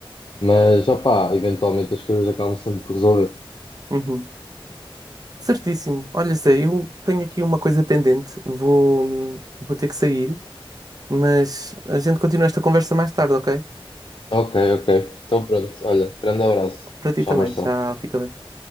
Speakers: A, on the left; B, on the right.
A: Mas, opá, eventualmente as coisas acabam sempre por resolver.
B: uhum. Certíssimo. Olha, Zé, eu tenho aqui uma coisa pendente. Vou, vou ter que sair, mas a gente continua esta conversa mais tarde, ok?
A: Ok, ok. Então pronto, olha, grande abraço.
B: Para ti
A: Tchau,
B: também.
A: Marcelo.
B: Tchau, fica bem.